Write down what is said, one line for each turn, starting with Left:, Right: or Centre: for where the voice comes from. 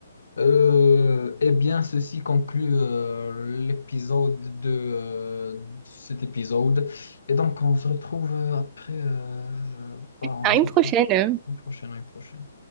Left: Euh, eh bien, ceci conclut euh, l'épisode de euh, cet épisode. Et donc, on se retrouve euh, après. euh, bah, on
Right: À une
Left: se retrouve
Right: prochaine.
Left: une prochaine, une prochaine.